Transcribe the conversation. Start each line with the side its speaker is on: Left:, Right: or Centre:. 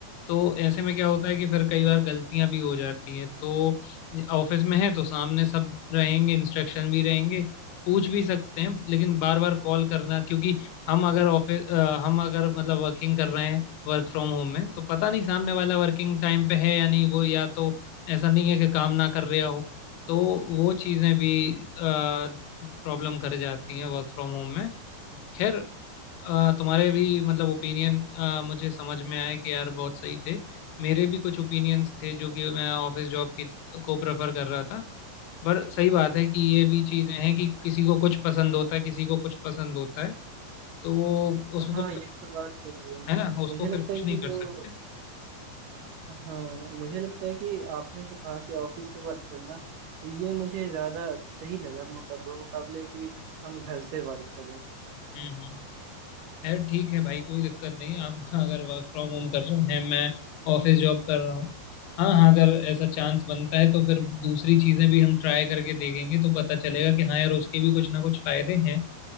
Left: तो ऐसे में क्या होता है कि फिर कई बार गलतियां भी हो जाती हैं तो ऑफिस में है तो सामने सब रहेंगे इंस्ट्रक्शन भी रहेंगे पूछ भी सकते हैं लेकिन बार बार कॉल करना क्योंकि हम अगर ऑफिस हम अगर मतलब वर्किंग कर रहे हैं वर्क फ्रॉम होम में तो पता नहीं सामने वाला वर्किंग टाइम पे है या नहीं वो या तो ऐसा नहीं है कि काम ना कर रहा हो तो वो चीज़ें भी प्रॉब्लम कर जाती हैं वर्क फ्रॉम होम में खैर अ, तुम्हारे भी मतलब ओपिनियन मुझे समझ में आए कि यार बहुत सही थे मेरे भी कुछ ओपिनियंस थे जो कि मैं ऑफिस जॉब की को प्रेफर कर रहा था पर सही बात है कि ये भी
Right: हम्म
Left: चीज़ें हैं कि किसी को कुछ पसंद होता है किसी को कुछ पसंद होता है तो वो उसको
Right: हाँ
Left: फिर
Right: ये तो बात सही है
Left: है ना उसको
Right: मुझे लगता
Left: फिर कुछ
Right: है कि
Left: नहीं कर
Right: जो
Left: सकते
Right: हाँ मुझे लगता है कि आपने जो कहा कि ऑफिस से वर्क करना तो ये मुझे ज्यादा सही लगा मुकाबले मुकाबले कि हम घर से वर्क करें
Left: हम्म हम्म खैर ठीक है भाई कोई दिक्कत नहीं आप <laughs> अगर वर्क फ्रॉम होम कर रहे हैं मैं ऑफिस जॉब कर रहा हूँ हाँ हाँ अगर ऐसा चांस बनता है तो फिर दूसरी चीज़ें भी हम ट्राई करके देखेंगे तो पता चलेगा कि हाँ यार उसके भी कुछ ना कुछ फायदे हैं